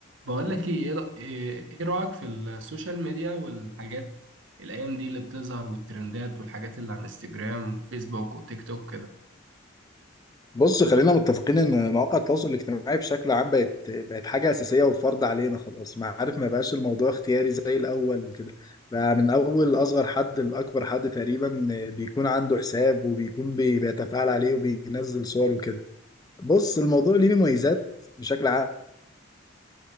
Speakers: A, on the right; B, on the left.
A: بقول لك ايه ايه رأ- إيه- إيه رأيك في السوشيال ميديا والحاجات الايام دي اللي بتظهر والترندات والحاجات اللي على الانستجرام وفيسبوك وتيك توك كده
B: بص خلينا متفقين ان مواقع التواصل الاجتماعي بشكل عام بقت بقت حاجه اساسيه وفرض علينا خلاص ما عارف ما بقاش الموضوع اختياري زي الاول وكده بقى من اول اصغر حد لاكبر حد تقريبا بيكون عنده حساب وبيكون بي- بيتفاعل عليه وبينزل صور وكده بص الموضوع ليه مميزات بشكل عام